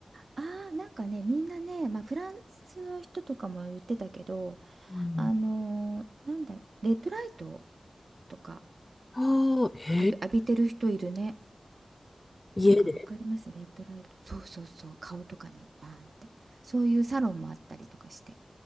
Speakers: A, on the right; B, on the left.
A: ああ、なんかね、みんなね、まあ、フランスの人とかも言ってたけど、
B: うん。
A: あのーなんだ、レッドライトとか
B: ああ、へえ、
A: あ浴びてる人いるね。
B: 家で。
A: なんかわかりますレッドライト。そうそうそう。顔とかにバーンって。そういうサロンもあったりとかして。